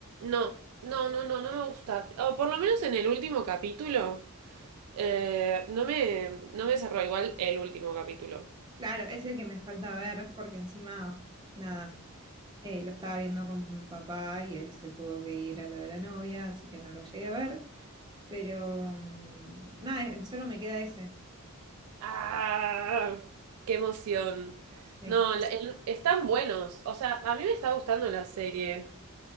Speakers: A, on the right; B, on the right.
A: No, no, no, no, no me gusta. O por lo menos en el último capítulo. eh, no me, no me cerró igual el último capítulo.
B: Claro, es el que me falta ver porque encima, nada, eh, lo estaba viendo con papá y él se tuvo que ir a lo de la novia, así que no lo llegué a ver. Pero mm, nada, eh, solo me queda ese.
A: ¡Ah! ¡Qué emoción!
B: Sí.
A: No, la- el- están buenos. O sea, a mí me está gustando la serie.